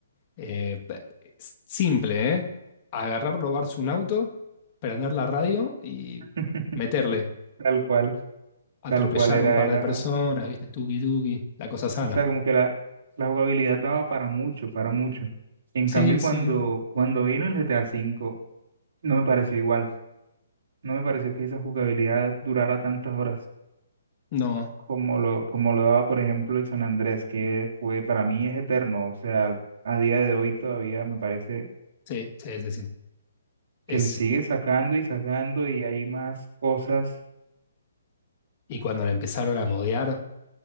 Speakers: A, on the left; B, on the right.
A: Eh, pe- es simple, ¿eh? Agarrar, robarse un auto, prender la radio y
B: <laughs>
A: meterle.
B: Tal cual, tal
A: Atropellar
B: cual era,
A: un par
B: era,
A: de personas, ¿viste? Tuki tuki, la cosa sana.
B: o sea, como que la, la jugabilidad daba para mucho, para mucho. En
A: Sí,
B: cambio,
A: sí,
B: cuando, cuando vino el GTA cinco no me pareció igual. No me pareció que esa jugabilidad durara tantas horas
A: no.
B: como lo, como lo daba, por ejemplo, el San Andrés, que fue para mí es eterno. O sea, a día de hoy todavía me parece
A: Sí, sí, sí, sí. Es,
B: que le sigue sacando y sacando y hay más cosas.
A: y cuando le empezaron a modear,